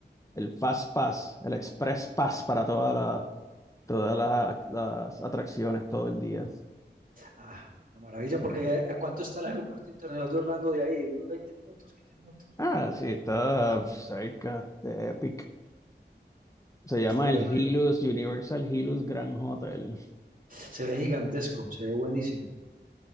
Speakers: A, on the left (about 15°); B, on the right (about 45°).
A: el Fast Pass, el Express Pass para toda la- todas las, las atracciones todo el día.
B: Ah, una maravilla, porque ¿a cuánto está el aeropuerto internacional de Orlando de ahí? Unos 20 minutos, 15 minutos.
A: Ah, sí, está cerca de Epic. Se
B: Estará
A: llama el
B: ahí.
A: Hilux, Universal Hilux Grand Hotel.
B: Se ve gigantesco, se ve buenísimo.